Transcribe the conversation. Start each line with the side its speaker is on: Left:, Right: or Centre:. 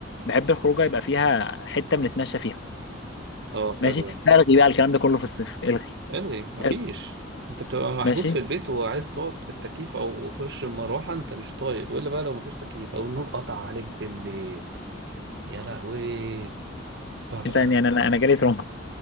Left: بحب الخروجة يبقى فيها حتة بنتمشى فيها
Right: اه
Left: ماشي
Right: حلو ده.
Left: فألغي بقى الكلام ده كله في الصيف الغي,
Right: الغي مفيش
Left: إلغي.
Right: انت بتبقى محبوس
Left: ماشي
Right: في البيت وعايز تقعد في التكييف او في وش المروحة انت مش طايق والا بقى لو مفيش تكييف او النور قطع عليك بالليل يا لهوي ببقى
Left: إنسان يعني أنا أنا جالي ترومبا